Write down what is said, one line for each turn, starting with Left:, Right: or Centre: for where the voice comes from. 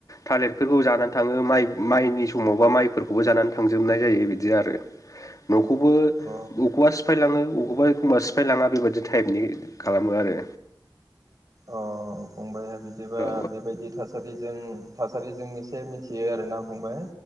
Left: थालिरफोरखौ जानानै थाङो माइ माइनि समावबा माइफोरखौबो जानानै थांजोबनाय जायो बिदि आरो। न'खौबो
Right: अ
Left: बबेखौबा सिफायलाङो अबेबा एखमबा सिफायलाङा बेबायदि टाइपनि खालामो आरो।
Right: अ फंबाय बिदिबा
Left: औ
Right: बेबायदि थासारिजों थासारिजों एसे मिथियो आरोना। फंबाय